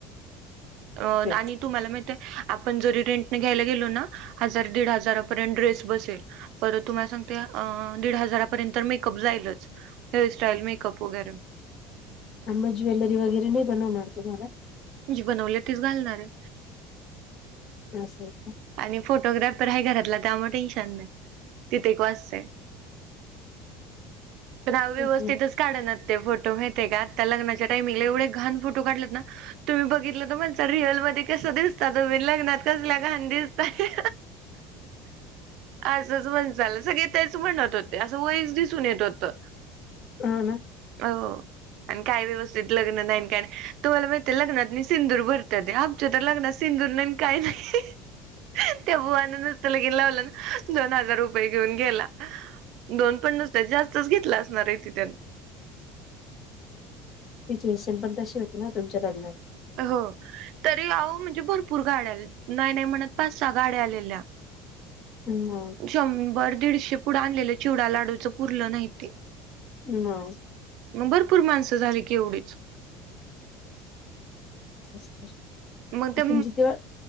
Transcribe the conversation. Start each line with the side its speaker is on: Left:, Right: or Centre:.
Right: अं...
Left: खूपेत
Right: आणि तुम्हाला माहित ए... आपण जरी रेंटने घ्यायला गेलो ना हजार दीड हजारापर्यंत ड्रेस बसेल. परत तुम्हाला सांगते... अं... दीड हजारापर्यंत मेकअप जाईलच, हेअरस्टाईल, मेकअप वगैरे
Left: अन् मग... ज्वेलरी वगैरे नई बनवणार तुम्हाला?
Right: जी बनवली तीच घालणार ए.
Left: असं ए का?
Right: आणि फोटोग्राफर हाये घरातला... त्यामुळे टेन्शन नई तिथं एक वाचतंय. पण अव्यवस्थितच
Left: तेच ना
Right: काढंनात ते फोटो... माहितेय का... आत्ता लग्नाच्या टाइमिंगला एवढे घाण फोटो काढलेत ना तुम्ही बघितलं तर म्हणसाल... रिअलमध्ये कसं दिसता तुम्ही... लग्नात कसल्या घाण दिसताय. असंच म्हणसाल... सगळे तेच म्हणत होते, असं वयच दिसून येत होतं.
Left: हो ना.
Right: हो... अन काय व्यवस्थित लग्न नाई न काय नई... तुम्हाला माहि ते लग्नात नी सिंदूर भरत्यात ते... आमच्या तर लग्नात सिंदूर नाई नी काई नई- त्या बुवानं नुसतं लगीन लावलं, अन दोन हजार रुपये घेऊन गेला. दोन पण नसतील, जास्त घेतलं असणार ए... ती त्यानं
Left: सिच्युएशन पण तशी होती ना तुमच्या लग्नात?
Right: हो... तरी अहो... म्हणजे भरपूर गाड्या आलेल्या... नाई नाई म्हणत... पाच सहा गाड्या आलेल्या.
Left: हू, मग.
Right: शंभर दीडशे पुडं आणलेलं... चिवडा लाडूचं... पुरलं नाही ते.
Left: मग.
Right: मग भरपूर माणसं झाली की एवढेच.
Left: <inaudible>
Right: मग ते...
Left: तुमची तेव्हा